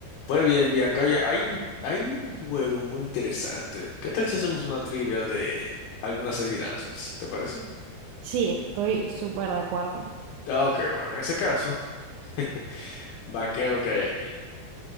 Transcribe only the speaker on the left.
Pues bien, Bianca, oye, hay un, hay un juego muy interesante. ¿Qué tal si hacemos una trivia de algunas adivinanzas? ¿Te parece?
Ah, Ok, bueno, en ese caso, <laughs> va que a lo que hay aquí.